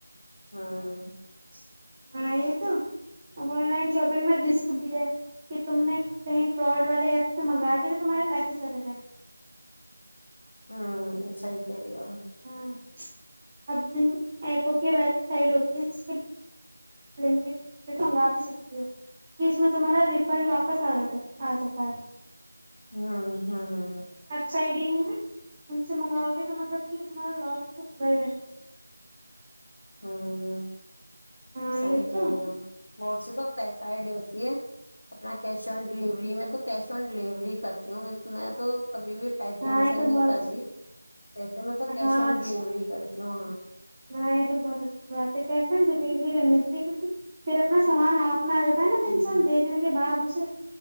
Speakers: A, on the left; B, on the right.
A: ہاں
B: <inaudible> ہاں یہ تو اب آن لائن شاپنگ میں رسک بھی ہے کہ تم نے کہیں فراڈ والے ایپ سے منگا دیے تو تمہارے پیسے چلے جائیں گے
A: ہوں سیحریو
B: ہاں ابن ایپو کے وب سائڈ ہوتی ہے اس ل منگا بھی سکتے ہو کی اس میں تمہارا ر پن واپس آ رہ تھا آجا س ہے
A: ہاں ہاں ہ
B: سائڈ ہی نہیں ان سے منگاؤ گے تو مطلب کہ تمہارا لاس تو ہوگا ہی ویسے بھی
A: ہاں
B: ہاں یہ
A: سی کہری
B: تو
A: ہو بولچ تو فکائی ڈ ہوتی ہے اپنا کیش آن ڈلیوری میں تو کیش آن ڈیلیوری کرتے تی ہوں میں تو کبھی بھی پیٹی
B: ہاں
A: ایم
B: یہ
A: سے
B: تو
A: نہیں
B: بہت
A: کر
B: اچھا
A: دی جیسے میں تو کیش
B: ہاں
A: آن
B: اچھا
A: ڈلیوری کرے تواں
B: ہاں یہ تو بہت اچھی بات ہے کیش آ ڈیلیوری کرنی کیکہ پھر اپنا سامان ہاتھ نا آ جاتا ہے نا تو
A: ہ
B: انسان دیکنے کے بد اس